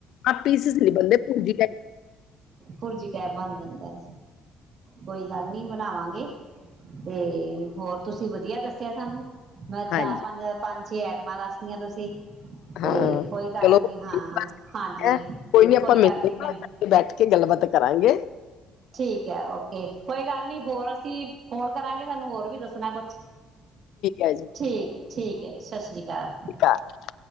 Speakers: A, on the left; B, on the right.
A: ਆਪ ਪੀਸਿਸ ਨ ਬੰਦੇ ਭੁਰਜੀ
B: ਭੁਰਜੀ ਟੈਪ ਬਣ ਜਾਂਦਾ ਕੋਈ ਗੱਲ ਨੀ ਬਣਾਵਾਂਗੇ ਤੇ ਹੋਰ ਤੁਸੀਂ ਵਧੀਆ ਦੱਸਿਆ ਸਾਨੂੰ ਮੈਂ
A: ਹਾਂਜੀ
B: ਚਾਰ ਪੰਜ ਪੰਜ ਛੇ ਆਈਟਮਾਂ ਦੱਸਤੀਆਂ ਤੁਸੀਂ ਤੇ
A: ਹਾਂ
B: ਕੋਈ ਗੱਲ
A: ਚਲੋ
B: ਨੀ
A: ਠੀਕ
B: ਹਾਂ ਹਾਂਜੀ
A: ਹੈ ਕੋਈ ਨੀ ਆਪਾਂ ਮਿਲਦੇ
B: ਗੱਲ ਨੀ ਮੈਨੂੰ
A: ਘ ਬੈਠ ਕੇ ਗੱਲਬਾਤ ਕਰਾਂਗੇ
B: ਠੀਕ ਹੈ ਓਕੇ ਕੋਈ ਗੱਲ ਨੀ ਹੋਰ ਅਸੀਂ ਫੋਨ ਕਰਾਂਗੇ ਸਾਨੂੰ ਹੋਰ ਵੀ ਦੱਸਣਾ ਕੁਛ
A: ਹੈ ਜੀ
B: ਠੀਕ ਠੀਕ ਏ ਸਤਿ ਸ਼੍ਰੀ ਅਕਾਲ
A: ਕ <unintelligible>